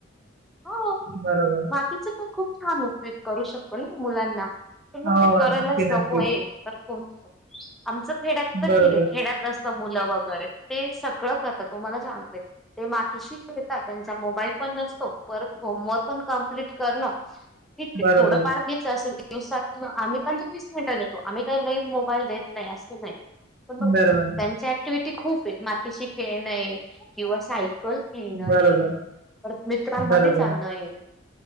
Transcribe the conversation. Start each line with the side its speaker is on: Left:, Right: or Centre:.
Centre: हां
Right: बरोबर.
Centre: मातीचा पण खूप छान उपयोग करू शकतो ना मुलांना पण मग
Right: हो,
Centre: ते करायलाच
Right: नक्की,
Centre: नको
Right: नक्की.
Centre: आहे तर <unintelligible> आमचं खेड्यात तर
Right: बरोबर,
Centre: ठीक आहे खेड्यात <unintelligible> मुलं वगैरे ते सगळं तुम्हाला सांगते ते मातीशी खेळात त्यांचा मोबाईल पण नसतो परत होमवर्क पण कप्ट करण ठीक आहे
Right: बरोबर,
Centre: थोडं पार घ्यायचं असं दिवसात आम्ही पंधरा वीस मिनिटात घेतो आम्ही काही नवीन मोबाईल देत नाही असं नाही पण त्यांच्या
Right: बरोबर,
Centre: ऍक्टिटी खूप आहे माती शिक खे नाही किंवा सायकल ये न
Right: बरोबर,
Centre: येईल परत मित्रांमध्ये
Right: बरोबर.
Centre: जाण येईल